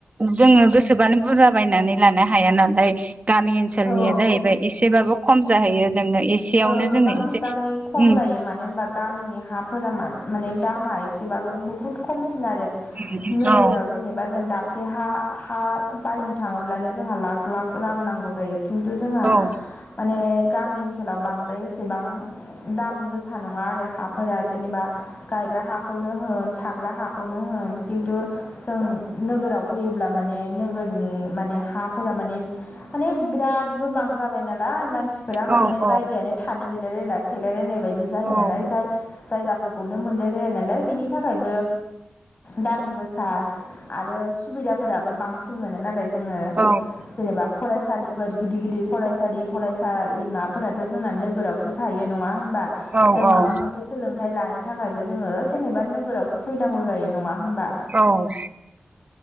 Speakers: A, on the right (about 40°); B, on the left (about 45°).
A: जोङो गोसोबानो बुरजा बायनानै लानो हाया नालाय गामि ओनसोलनिया
B: औ
A: जाहैबाय एसेबाबो खम जाहैयो नोंनो एसेयावनो
B: ओ गोबां
A: जोङो
B: बिबांनि
A: एसे
B: खम
A: उम
B: जायो मानो होनबा गामिनि हाफोरा मा माने दामा एसेबाबो बुहुद खमसिन आरो
A: उम
B: नोगोराव
A: औ
B: जेनेबा जों दाबसे हा हा बायनो थाङोब्लानो जोंहा लाख लाख रां नांगौ जायो खिन्थु जोंहा
A: औ
B: माने गामि ओनसोलाव बांद्राय एसेबां दाम गोसा गोसा नङा आरो हाफोरा जेनेबा गायग्रा हाखौनो होन थाग्रा हाखौनो होन किन्थु जों नो गोराव फैयोब्ला माने नोगोरनि माने हाफोरा माने माने बिराद गोबां जाबाय नालाय मानसिफोरा माने
A: औ
B: जायगायानो
A: औ
B: थानो गैलायलायला सेलायलायनाय बायदि जायो
A: औ
B: नालाय जाय जायगाफोरखौनो मोनलायलाया नालाय बिनि थाखायबो दाम गोसा आरो सुबिदाफोराबो बांसिन मोनो नालाय जोङो
A: औ
B: जेनेबा फरायसालिफोर गिदिर गिदिर फरायसालि फरायसालिमाफोरा थ' जोंना नोगोराव सो थायो नङा होनबा
A: औ
B: जों
A: औ
B: माबा मोनसे सोलोंथाइ लानो थाखायबो जोङो जेनेबा नोगोरावसो फैनांगौ जायो नङा होनबा
A: औ